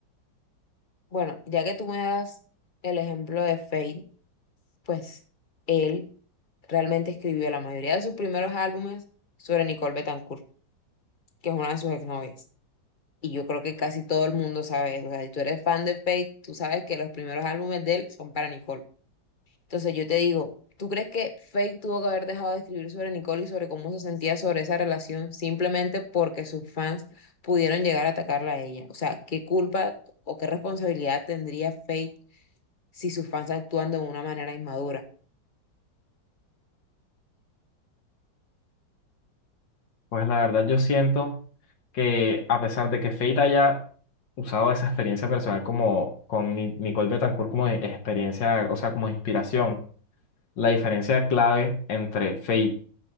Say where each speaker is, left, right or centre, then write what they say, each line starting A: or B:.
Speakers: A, on the left; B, on the left.
A: Bueno, ya que tú me das el ejemplo de Fate, pues él realmente escribió la mayoría de sus primeros álbumes sobre Nicole Betancourt, que es una de sus exnovias. Y yo creo que casi todo el mundo sabe eso. O sea, si tú eres fan de Fate, tú sabes que los primeros álbumes de él son para Nicole. Entonces yo te digo, ¿tú crees que Faith tuvo que haber dejado de escribir sobre Nicole y sobre cómo se sentía sobre esa relación simplemente porque sus fans pudieron llegar a atacarla a ella? O sea, ¿qué culpa o qué responsabilidad tendría Faith si sus fans actúan de una manera inmadura?
B: Pues la verdad yo siento que a pesar de que Fate haya usado esa experiencia personal como con Ni- Nicole Betancourt como e- experiencia, o sea, como inspiración, la diferencia clave entre Fate